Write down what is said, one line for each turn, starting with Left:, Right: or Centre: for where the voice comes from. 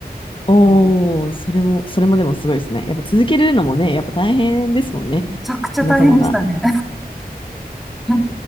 Left: おおー、それも、それもでもすごいですね。やっぱ続けるのもね、やっぱ大変ですもんね。
Centre: ちゃくちゃ大変でしたね。
Left: なかなか。
Centre: <laughs>